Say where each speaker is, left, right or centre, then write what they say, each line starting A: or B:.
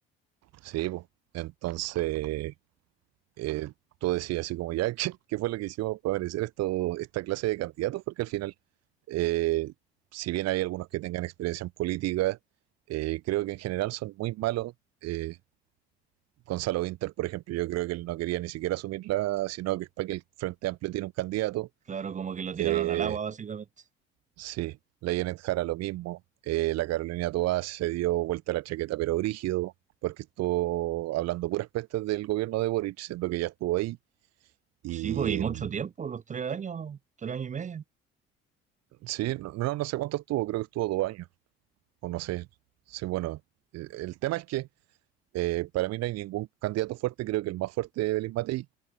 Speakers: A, on the right; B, on the right.
A: sí, po. entonces eh, tú decías así como ya, <laughs> ¿qué, qué fue lo que hicimos para merecer esto, esta clase de candidatos? Porque al final, eh, si bien hay algunos que tengan experiencia en política, eh, creo que en general son muy malos. Eh, Gonzalo Winter, por ejemplo, yo creo que él no quería ni siquiera asumirla, sino que es para que el Frente Amplio tiene un candidato.
B: Claro, como que lo tiraron
A: Eh,
B: al agua, básicamente.
A: sí, la Janet Jara lo mismo. Eh, la Carolina Toá se dio vuelta a la chaqueta, pero brígido, porque estuvo hablando puras pestes del gobierno de Boric, siendo que ya estuvo ahí. Y
B: Sí, pues, y mucho
A: mm,
B: tiempo, los tres años, tres años y medio.
A: Sí, no, no, no sé cuánto estuvo, creo que estuvo dos años, o no sé. Sí, bueno, eh, el tema es que eh, para mí no hay ningún candidato fuerte, creo que el más fuerte es Belín Matei,